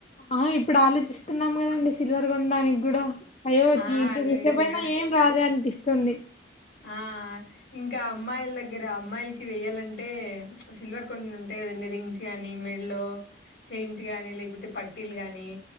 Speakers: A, on the left; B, on the left.
A: ఆ ఇప్పుడు ఆలోచిస్తున్నాం కదండి సిల్వర్ కొనడానికి కూడా. అయ్యో తి
B: ఆ
A: ఎంత
B: అదే
A: తీసికపోయినా
B: ఇంకా
A: ఏం రాదు అనిపిస్ తొంది.
B: ఆ ఇంకా అమ్మాయిల దగ్గరా అమ్మాయిలకి వేయాలంటే సిల్వర్ కొన్ని ఉంటాయి కదండి రింగ్స్ గానీ, మెడలో చైన్స్ గానీ, లేకపోతే పట్టీలు గాని